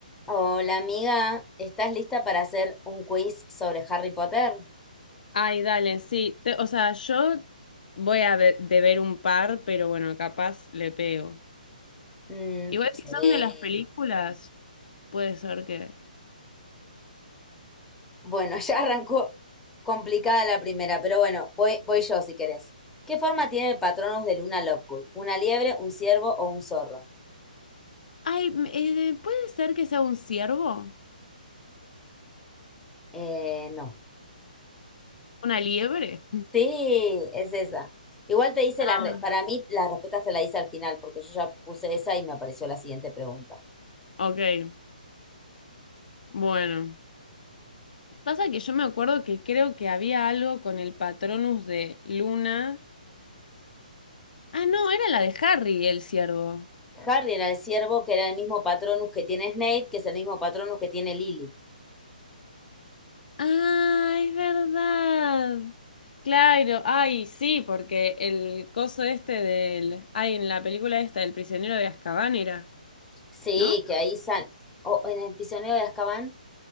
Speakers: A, in the centre; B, on the left.
A: Hola amiga, ¿estás lista para hacer un quiz sobre Harry Potter?
B: Ay, dale, sí. Te- o sea, yo voy a ve- deber un par, pero bueno, capaz le pego.
A: Mm,
B: Igual
A: sí.
B: si son de las películas, puede ser que...
A: Bueno, <laughs> ya arrancó complicada la primera, pero bueno, voy, voy yo si querés. ¿Qué forma tiene el Patronus de Luna Lovegood? ¿Una liebre, un ciervo o un zorro?
B: Ay, m- eh, ¿puede ser que sea un ciervo?
A: Eh, no.
B: ¿Una liebre?
A: Sí, es esa. Igual te hice
B: Ah,
A: la re- para mí las respuestas te la hice al final, porque yo ya puse esa y me apareció la siguiente pregunta.
B: <laughs> ok, bueno. Pasa que yo me acuerdo que creo que había algo con el Patronus de Luna. Ah, no, era la de Harry, el ciervo.
A: Harry era el ciervo, que era el mismo Patronus que tiene Snape, que es el mismo Patronus que tiene Lily.
B: Ah, es verdad. Claro, ay, sí, porque el coso este del... Ay, en la película esta, El prisionero de Azkaban era,
A: Sí,
B: ¿no?
A: que ahí sal. O en el prisionero de Azkaban